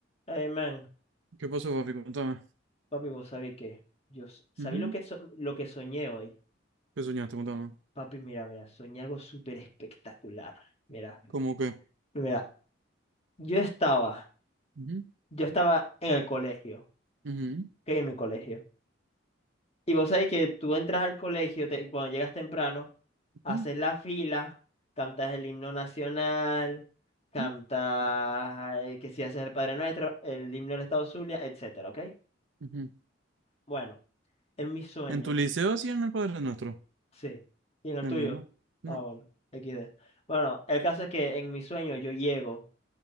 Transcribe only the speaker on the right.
¿Qué pasó, papi? Contame.
Ujú.
¿Qué soñaste? Contame.
¿Cómo qué?
Ujú,
ujú,
ujú,
ujú,
ujú.
¿En tu liceo hacían el Padre Nuestro?
En
el mío, ¿no? No.